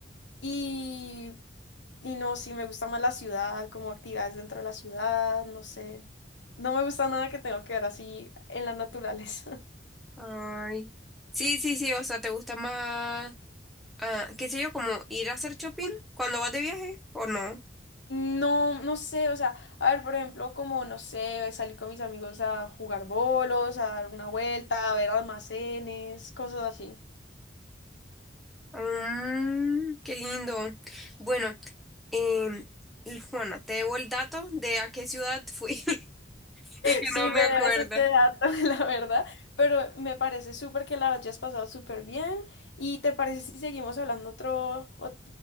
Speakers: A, on the left; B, in the centre.
A: Y, y no, sí, me gusta más la ciudad, como actividades dentro de la ciudad, no sé. No me gusta nada que tenga que ver así en la naturaleza.
B: Ay. Sí, sí, sí, o sea, ¿te gusta más, ah, qué sé yo, como ir a hacer shopping cuando vas de viaje o no?
A: No, no sé, o sea, a ver, por ejemplo, como, no sé, salir con mis amigos a jugar bolos, a dar una vuelta, a ver almacenes, cosas así. <laughs>
B: Mm, qué lindo. Bueno, em, y Juana, te debo el dato de a qué ciudad fui. <laughs> Y que
A: Sí,
B: no me
A: me debes
B: acuerdo.
A: este dato, <laughs> la verdad, pero me parece súper que la hayas pasado súper bien y ¿te parece si seguimos hablando otro, ot-